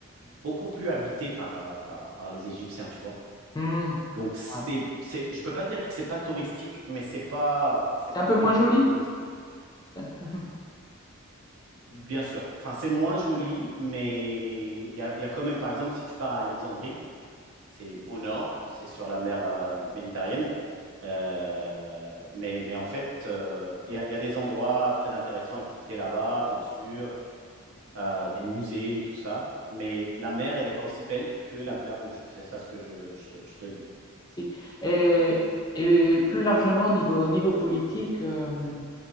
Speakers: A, on the right (about 75°); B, on the left (about 20°).
A: beaucoup plus habitées par, euh, par, par les Égyptiens, tu vois.
B: Mmh.
A: Donc, c'est,
B: Ouais.
A: c'est, je ne peux pas dire que ce n'est pas touristique, mais ce n'est pas, c'est
B: C'est
A: pas
B: un peu
A: fait
B: moins
A: pour
B: joli?
A: les touristes. Quoi.
B: Ça- <laughs>
A: Bien sûr. Enfin, c'est moins joli, mais il y a, il y a quand même, par exemple, si tu pars à Alexandrie, c'est au nord, c'est sur la mer euh, méditerranéenne. Euh, mais, mais en fait, euh, il y, a- il y a des endroits très intéressants à visiter là-bas, bien sûr, euh, des musées et tout ça. Mais la mer, elle n'est pas aussi belle que la mer Rouge. C'est ça ce que je, je- je te dis.
B: Si. Et, et plus largement, au niveau, au niveau politique, euh,